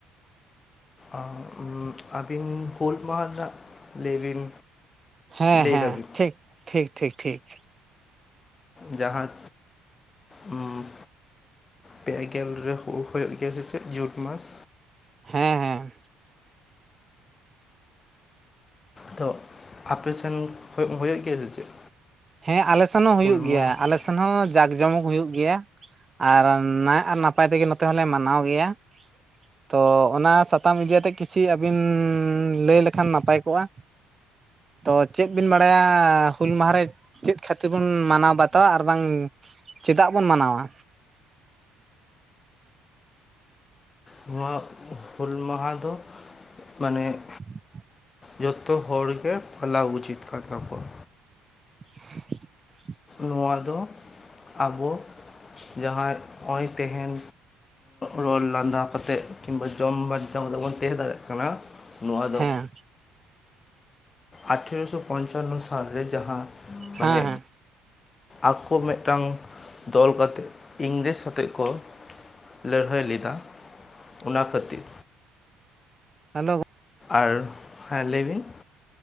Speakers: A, on the left; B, on the right.
A: ᱟ᱾ <inaudible> ᱟᱹᱵᱤᱱ ᱦᱩᱞ ᱢᱟᱦᱟ ᱨᱮᱱᱟᱜ ᱞᱟᱹᱭ ᱵᱤᱱ᱾
B: ᱦᱮᱸ
A: ᱞᱟᱹᱭ
B: ᱦᱮᱸ,
A: ᱫᱟᱵᱤᱱ
B: ᱴᱷᱤᱠ ᱴᱷᱤᱠ ᱴᱷᱤᱠ ᱴᱷᱤᱠ᱾
A: ᱡᱟᱦᱟᱸ, ᱩᱢ ᱯᱮ ᱜᱮᱞ ᱨᱮ ᱦᱩᱞ ᱦᱩᱭᱩᱜ᱾ <unintelligible> ᱡᱩᱱ ᱢᱟᱥ᱾
B: ᱦᱮᱸ ᱦᱮᱸ᱾
A: ᱛᱚ, ᱟᱯᱮ ᱥᱮᱱ ᱦᱚᱭ ᱦᱩᱭᱩᱜ ᱜᱮᱭᱟ ᱥᱮ ᱪᱮᱫ?
B: ᱦᱮᱸ, ᱟᱞᱮ ᱥᱮᱱ ᱦᱚᱸ ᱦᱩᱭᱩᱜ
A: ᱦᱩᱞ
B: ᱜᱮᱭᱟ,
A: ᱢᱟᱦᱟ
B: ᱟᱞᱮ ᱥᱮᱱ ᱦᱚᱸ ᱡᱟᱠ ᱡᱚᱢᱚᱠ ᱦᱩᱭᱩᱜ ᱜᱮᱭᱟ᱾ ᱟᱨ, ᱱᱟ ᱟᱨ ᱱᱟᱯᱟᱭ ᱛᱮᱜᱮ ᱱᱚᱛᱮ ᱦᱚᱸᱞᱮ ᱢᱟᱱᱟᱣ ᱜᱮᱭᱟ᱾ ᱛᱚ, ᱚᱱᱟ ᱥᱟᱛᱟᱢ ᱤᱫᱤ ᱟᱛᱮ ᱠᱤᱪᱷᱤ ᱟᱹᱵᱤᱱ ᱞᱟᱹᱭ ᱞᱮᱠᱷᱟᱱ ᱱᱟᱯᱟᱭ ᱠᱚᱜᱼᱟ᱾ ᱛᱚ ᱪᱮᱫ ᱵᱤᱱ ᱵᱟᱲᱟᱭᱟ ᱦᱩᱞ ᱢᱟᱦᱟ ᱨᱮ ᱪᱮᱫ ᱠᱷᱟᱹᱛᱤᱨ ᱵᱚᱱ ᱢᱟᱱᱟᱣ ᱵᱟᱛᱟᱣᱟ, ᱟᱨ ᱵᱟᱝ ᱪᱮᱫᱟᱜ ᱵᱚᱱ ᱢᱟᱱᱟᱣᱟ?
A: <unintelligible> ᱦᱩᱞ ᱢᱟᱦᱟ ᱫᱚ ᱢᱟᱱᱮ
B: <inaudible>
A: ᱡᱚᱛᱚ ᱦᱚᱲᱜᱮ ᱯᱟᱞᱟᱣ ᱩᱪᱤᱛ ᱠᱟᱱ ᱛᱟᱵᱚᱣᱟ᱾
B: <inaudible>
A: ᱱᱚᱣᱟ ᱫᱚ ᱟᱵᱚ ᱡᱟᱦᱟᱸᱭ ᱱᱚᱜᱚᱭ ᱛᱮᱦᱮᱱ᱾ ᱨᱚᱲ ᱞᱟᱸᱫᱟ ᱠᱟᱛᱮᱫ, ᱠᱤᱢᱵᱟ ᱡᱚᱢ ᱵᱟᱧᱪᱟᱣ ᱠᱟᱛᱮᱜ ᱵᱚᱱ ᱛᱟᱦᱮᱸ ᱫᱟᱲᱮᱭᱟᱜ ᱠᱟᱱᱟ᱾ ᱱᱚᱣᱟ ᱫᱚ
B: ᱦᱮᱸ
A: ᱟᱴᱷᱮᱨᱚᱥᱚ ᱯᱚᱧᱪᱟᱱᱱᱚ ᱥᱟᱞᱨᱮ ᱡᱟᱦᱟᱸ ᱢᱟᱱᱮ
B: ᱦᱮᱸ ᱦᱮᱸ
A: ᱟᱠᱚ ᱢᱤᱫᱴᱟᱝ ᱫᱚᱞ ᱠᱟᱛᱮᱫ ᱤᱝᱨᱮᱡᱽ ᱥᱟᱛᱮᱜ ᱠᱚ ᱞᱟᱹᱲᱦᱟᱹᱭ ᱞᱮᱫᱟ ᱚᱱᱟ ᱠᱷᱟᱹᱛᱤᱨ
B: ᱦᱮᱞᱳ
A: ᱟᱨ ᱦᱮ ᱞᱟᱹᱭ ᱵᱤᱱ